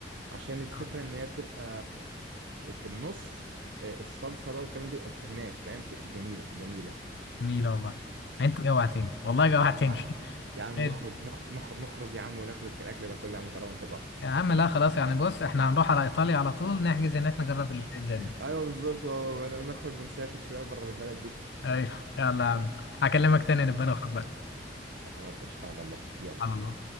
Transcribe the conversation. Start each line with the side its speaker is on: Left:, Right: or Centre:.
Right: عشان الفكره
Left: آه،
Right: ان هي بتبقى في النص آه، الصلصه بقى والكلام ده بيبقى هناك فاهم بت- جميله جميله
Left: جميلة والله انت جوعتني والله جوعتني
Right: يا عم
Left: <laughs>
Right: يا عم
Left: حلو.
Right: نخرج نخرج نخرج, نخرج يا عم وناكل الاكل ده كله يا عم طالما انت جعت
Left: يا عم لا خلاص يعني بص احنا هنروح على ايطاليا على طول نحجز هناك نجرب البيتزا
Right: <laughs>
Left: دي
Right: ايوه بالظبط آه، نخرج ونسافر شويه بره البلد دي
Left: ايوه يلا يا عم هكلمك تاني نبقى نخرج بقى
Right: خلاص قشطه على الله يلا
Left: على الله